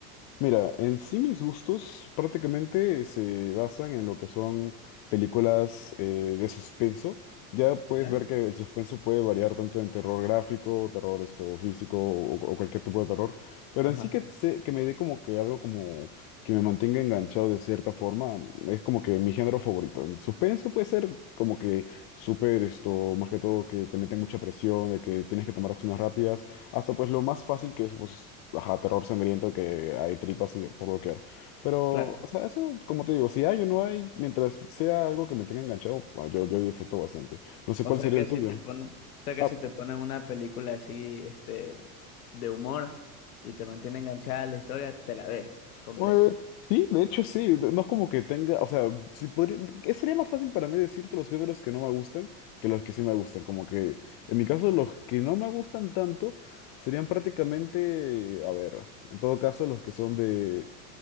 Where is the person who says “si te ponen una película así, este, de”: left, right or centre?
Left